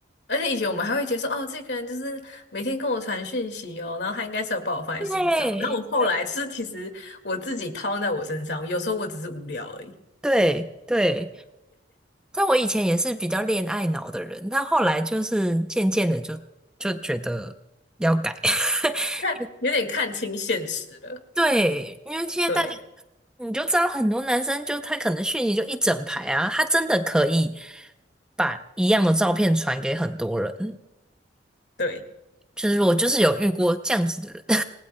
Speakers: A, on the left; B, in the centre.
A: 而且以前我们还会觉得说，哦，这个人就是每天跟我传讯息哦，然后他应该是有把我放在心上。
B: 对
A: 然后我后来就是其实我自己套用在我身上，有时候我只是无聊而已，
B: 对对。但我以前也是比较恋爱脑的人，但后来就是渐渐的就就觉得要改。<laughs>
A: 看有点看清现实了。
B: 对，因为现在大家
A: 对。
B: 你就知道，很多男生就他可能讯息就一整排啊，他真的可以把一样的照片传给很多人。
A: 对，
B: 就是我就是有遇过这样子的人。